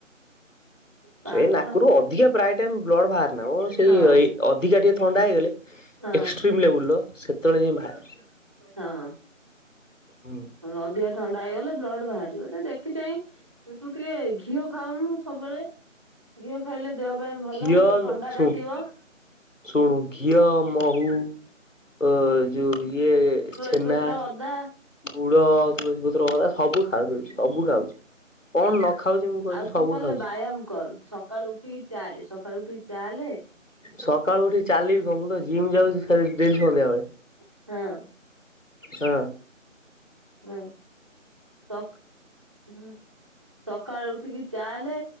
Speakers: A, on the right; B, on the left.
A: ପାଠ
B: ସେ ନାକରୁ ଅଧିକା ପ୍ରାୟ ଟାଇମ ବ୍ଲଡ ବାହାରେନା ଓ ସେଇ
A: ହଁ
B: ଅଧିକା ଟିକେ ଥଣ୍ଡା ହେଇଗଲେ ।
A: ହଁ।
B: ଏକ୍ସ୍ରିମ୍ ଲେବୁଲ ସେତେବେଳେ ଯାଏଁ ବାହାରେ।
A: ହଁ।
B: ହୁଁ।
A: ଅଧିକା ଥଣ୍ଡା ହେଇଗଲେ ବ୍ଲଡ ବାହାରିବ ତ ଦେଖି ଚାଇଁ ତୁ ଟିକେ ଘି ଘିଅ ଖାଉନୁ ସବୁବେଳେ ଘିଅ ଖାଇଲେ ଦେହ ପାଇଁ ଭଲ
B: ଘିଅ
A: ଥଣ୍ଡା
B: ମ ଶୁନୁ
A: କାଟିବ
B: ଶୁଣୁ ଘିଅ ମୋହୁ ଅ ଯୋ ଏ
A: ତୁଳସୀ
B: ଛେନା
A: ପତ୍ର ଅଦା
B: ଗୁଡ ତୁଳସୀ ପତ୍ର ଅଁଳା ସବୁ ଖାଇଦଉଚି ସବୁ ଖାଉଛି କଣ ନ ଖାଉଛି ମୁଁ କହିଲୁ
A: ଆଉ
B: ସବୁ
A: ତୁ ତାହେଲେ
B: ଖାଉଛି।
A: ବ୍ୟାୟାମ କର୍ ସକାଳୁ ଉଠିକି ଚାଲେ ସକାଳୁ ଉଠିକି ଚାଲେ
B: ସକାଳୁ ଉଠି ଚାଲିବି କଣ ମୁଁ ତ ଜିମ୍ ଯାଉଛି ଡେଲି ସନ୍ଧ୍ୟାବେଳେ
A: <unintelligible> ହଁ
B: ହଁ
A: ହୁଁ ଶଖ ହଁ ସକାଲୁ ଉଠିକି ଚାଲେ